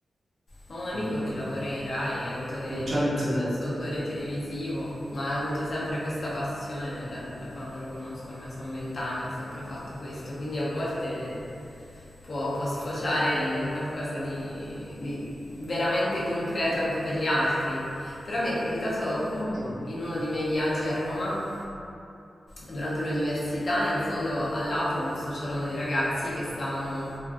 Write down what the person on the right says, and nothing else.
Mm,
non
ci hanno insegnato
questo.
Hai ragione.